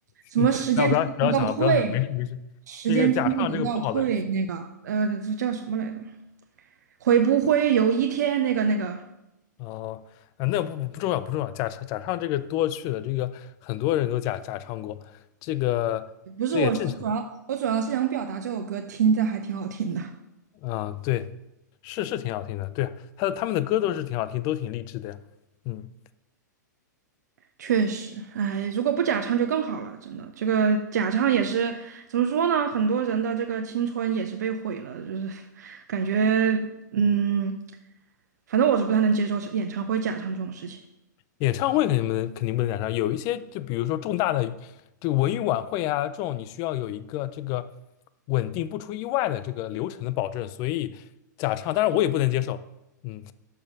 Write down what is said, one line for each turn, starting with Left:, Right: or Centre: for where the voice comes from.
Right: 什么时间真的能倒退，
Left: <laughs> 不要不要不要想了，不要想了，没事没事。
Right: 时间真的能倒退那个呃叫什么来着？
Left: 这个假唱这个不好的事情。
Right: 会不会有一天那个那个？
Left: 哦，啊，那不不不重要不重要。假唱假唱这个多去了，这个很多人都假假唱过，这个这也正常。
Right: 不是，我是主要我主要是想表达这首歌听着还挺好听的。
Left: 嗯，对，是是挺好听的，对啊，他他们的歌都是挺好听，都挺励志的呀。嗯，
Right: 确实，哎，如果不假唱就更好了，真的。这个假唱也是怎么说呢？很多人的这个青春也是被毁了，就是感觉，嗯，反正我是不太能接受演唱会假唱这种事情。
Left: 演唱会肯定不能肯定不能赶上，有一些就比如说重大的这个文艺晚会啊，这种你需要有一个这个稳定不出意外的这个流程的保证，所以假唱，当然我也不能接受。嗯。